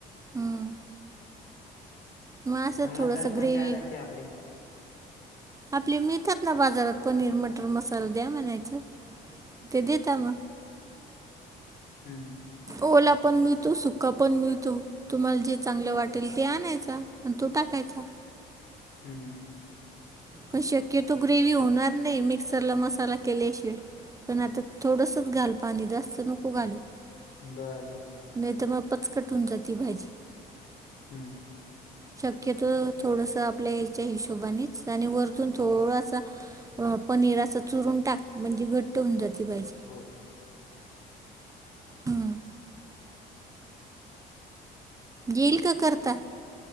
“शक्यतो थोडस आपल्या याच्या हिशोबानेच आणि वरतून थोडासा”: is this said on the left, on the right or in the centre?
Right